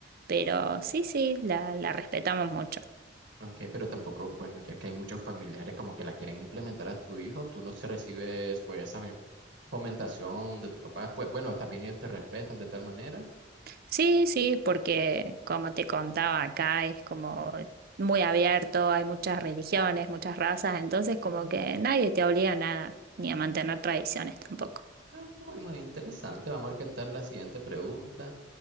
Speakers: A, on the right; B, on the right.
A: Pero sí, sí, la, la respetamos mucho.
B: Ok, pero tampoco, bueno, ya que hay muchos familiares como que la quieren implementar a tu hijo, tú no se recibes pues esa fomentación de tu papá. Pues bueno, también ellos te respetan de tal manera.
A: Sí, sí, porque como te contaba acá, es como muy abierto, hay muchas religiones, muchas razas, entonces como que nadie te obliga a nada, ni a mantener tradiciones tampoco.
B: Ah, Muy, muy interesante. Vamos a ver qué tal la siguiente pregunta.